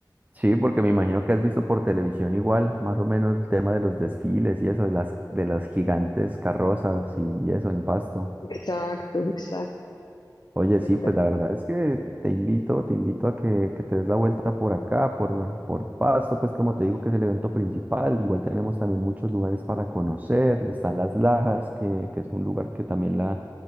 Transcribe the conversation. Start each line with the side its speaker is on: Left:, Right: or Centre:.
Right: Sí, porque me imagino que has visto por televisión igual, más o menos el tema de los desfiles y eso, de las, de las gigantes carrozas y, y eso en Pasto.
Left: Exacto, exacto,
Right: Oye,
Left: espectacular.
Right: sí, pues la verdad es que te invito, te invito a que, que te des la vuelta por acá, por, por Pasto, pues como te digo que es el evento principal, igual tenemos también muchos lugares para conocer, están Las Lajas, que, que es un lugar que también la,